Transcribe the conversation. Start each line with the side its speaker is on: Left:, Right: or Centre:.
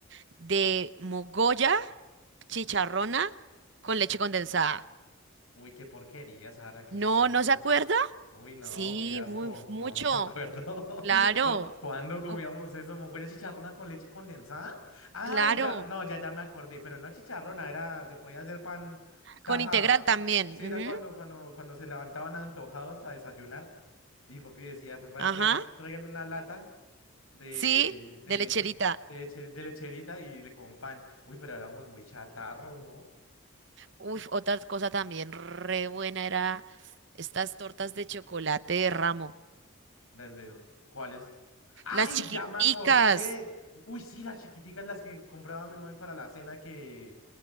Right: de mogolla, chicharrona con leche condensada.
Left: Uy, qué porquería, Sara, ¿qué
Right: No,
Left: es eso?
Right: ¿no se acuerda?
Left: Uy, no,
Right: Sí,
Left: qué asco.
Right: muy, mucho,
Left: No, no me acuerdo. <laughs>
Right: claro,
Left: ¿Cu- ¿Cuándo comíamos
Right: o-
Left: eso? ¿Mogolla chicharrona con leche condensada? Ay,
Right: claro,
Left: ya, no, ya, ya me acordé, pero no chicharrona, era, se podía hacer pan tajado.
Right: con integral también.
Left: Sí, era cuando,
Right: ujú,
Left: cuando, cuando se levantaban antojados a desayunar. Y papi decía, pues vaya,
Right: Ajá,
Left: traigan, traigan una lata de,
Right: sí,
Left: de
Right: de lecherita.
Left: esa, de, leche- de lecherita y le con pan. Uy, pero éramos muy chatarros, ¿no?
Right: Uy, otra cosa también re buena era Estas tortas de chocolate de ramo.
Left: Desde, ¿cuáles? ¡Ay,
Right: Las chiquiticas
Left: ya me acordé! Uy, sí, las chiquiticas, las que compraba mi mami para la cena que...